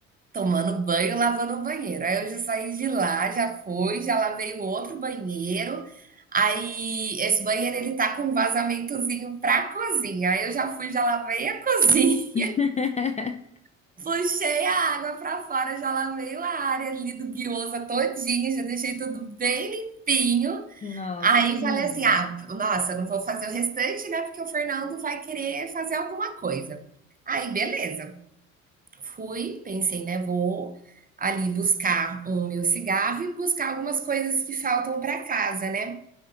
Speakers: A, on the right; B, on the left.
A: tomando banho, lavando o banheiro. Aí eu já saí de lá, já fui, já lavei o outro banheiro. Aí esse banheiro ele tá com um vazamentozinho pra cozinha. Aí eu já fui, já lavei a cozinha.
B: <laughs>
A: <laughs> Puxei a água pra fora, já lavei a área ali do guiosa todinha, já deixei tudo bem limpinho.
B: Nossa,
A: Aí
B: amiga.
A: falei assim: "Ah, nossa, eu não vou fazer o restante, né? Porque o Fernando vai querer fazer alguma coisa". Aí beleza. Fui, pensei, né, vou ali buscar o meu cigarro e buscar algumas coisas que faltam para casa, né?